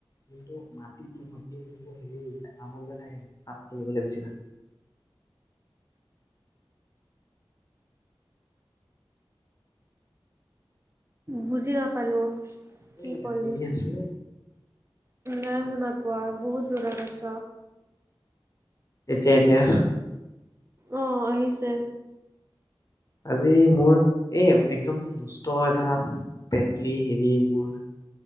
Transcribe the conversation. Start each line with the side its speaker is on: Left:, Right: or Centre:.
Left: যোনটো মাটি কিহয় খেলিবলৈ বেছি ভাগ।
Right: বুজি না পালো' কি
Left: এ
Right: ক'লে।
Left: শুনি আছেনে
Right: নাই শুনা পোৱা বহুত দূৰত আছ
Left: এতিয়া এতিয়া
Right: অহ আহিছে।
Left: আজি মোৰ এই একদম যে দুষ্ট এটা পেটলি হেৰি মোৰ